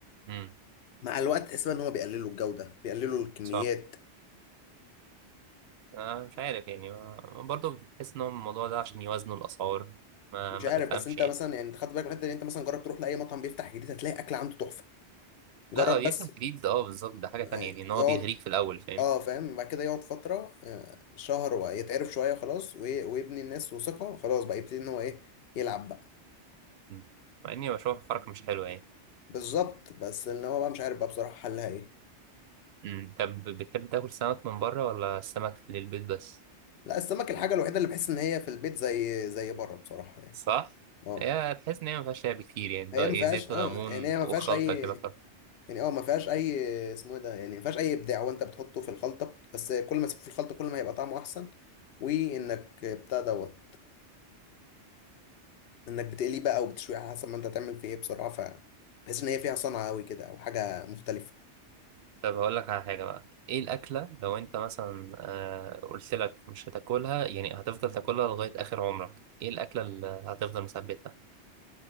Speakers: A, on the right; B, on the left.
A: امم
B: مع الوقت تحس بقى ان هو بيقللوا الجوده بيقللوا الكميات
A: صح آه مش عارف يعني آه، برضه بحس ان هو الموضوع ده عشان يوازنوا الاسعار ما
B: مش
A: ما
B: عارف
A: تفهمش
B: بس انت
A: يعني
B: مثلا يعني انت خدت بالك من الحته دي انت مثلا جرب تروح لاي مطعم بيفتح جديد هتلاقي اكل عنده تحفه جرب
A: لا هو بيفتح
B: بس
A: جديد اه بالظبط ده حاجه تانية
B: آه،
A: يعني ان هو
B: يقعد
A: بيغريك في الاول فاهم
B: اه فاهم بعد كده يقعد فتره آه، شهر ويتعرف شويه خلاص وي- ويبني الناس وثقه خلاص بقى يبتدي ان هو ايه يلعب بقى
A: مم. مع اني بشوف الحركة مش حلوة يعني
B: بالظبط بس ان هو بقى مش عارف بقى بصراحه حلها ايه
A: مم. طب بتحب تاكل سمك من بره ولا السمك للبيت بس
B: لا السمك الحاجة الوحيدة اللي بحس إن هي في البيت زي زي بره بصراحة يعني
A: صح
B: اه
A: هي تحس ان هي مفيهاش لعب كتير يعني اللي
B: هي
A: هو
B: ما
A: ايه
B: فيهاش
A: زيت
B: اه
A: وليمون
B: يعني هي ما
A: وخلطة
B: فيهاش أي
A: كده خلاص.
B: يعني اه ما فيهاش أي اسمه إيه ده يعني ما فيهاش أي إبداع وأنت بتحطه في الخلطة بس كل ما تسيبه في الخلطة كل ما هيبقى طعمه أحسن وإنك بتاع دوت إنك بتقليه بقى أو بتشويه على حسب ما أنت هتعمل فيه إيه بصراحة ف بحس إن هي فيها صنعة أوي كده أو حاجة مختلفة
A: طب هقول لك على حاجة بقى ايه الأكلة لو انت مثلا آه قلت لك مش هتاكلها يعني هتفضل تاكلها لغاية آخر عمرك ايه الأكلة اللي هتفضل مثبتها